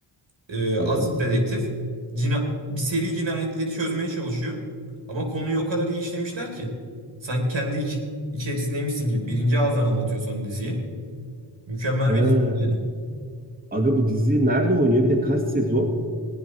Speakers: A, on the right; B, on the right.
A: e,
B: Evet.
A: asıl dedektif. Cina bir seri cinayetleri çözmeye çalışıyor. Ama konuyu o kadar iyi işlemişler ki. Sanki kendi iç- içerisindeymişsin gibi. Birinci ağızdan anlatıyor sana diziyi. Mükemmel
B: He.
A: bir dizi yani.
B: Aga bu dizi nerede oynuyor? Bir de kaç sezon?